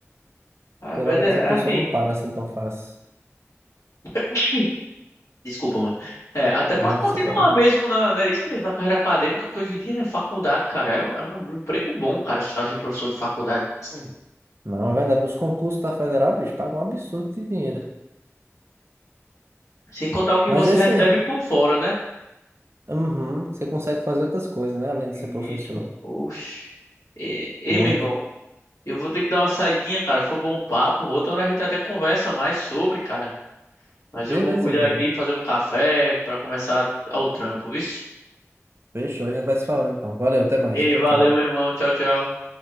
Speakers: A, on the left; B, on the right.
A: ah,
B: geralmente
A: mas é
B: a pessoa
A: assim.
B: não para assim tão fácil.
A: <clears throat> Desculpa, mano. É, até
B: Não,
A: pra continuar
B: isso é problema.
A: mesmo na, né, isso mesmo, na carreira acadêmica, que hoje em dia, né, faculdade, cara, é, é um emprego bom, cara, se cara é professor de faculdade. Sim.
B: Não, é verdade. Os concursos da federal, bicho, pagam um absurdo de dinheiro.
A: Sem contar o que
B: Mas
A: você
B: é
A: recebe
B: isso aí.
A: por fora, né?
B: Uhum, você consegue fazer outras coisas, né? Além
A: Isso,
B: de ser professor.
A: oxe. Ei, ei,
B: Muito.
A: meu irmão, eu vou ter que dar uma saidinha, cara, foi bom o papo, outra hora a gente até conversa mais sobre, cara. Mas
B: Beleza,
A: eu vou cuidar
B: velho.
A: aqui, fazer um café pra começar o trampo, viu?
B: Fechou, a gente vai se falando então. Valeu, até mais.
A: Ei,
B: Tchau,
A: valeu,
B: tchau.
A: meu irmão. Tchau, tchau.